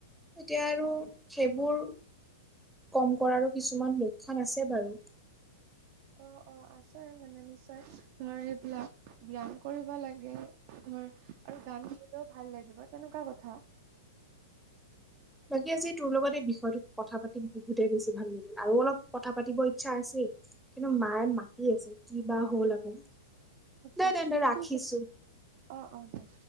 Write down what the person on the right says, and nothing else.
অ
অ' অ' আছে মানে নিশ্চয়, ধৰ এইবিলাক ব্যায়াম কৰিব লাগে ধৰ আৰু গান শুনিলেও ভাল লাগিব তেনেকুৱা কথা।
আচ্ছা,
ঠিক আছে। অ', অ' দিয়া।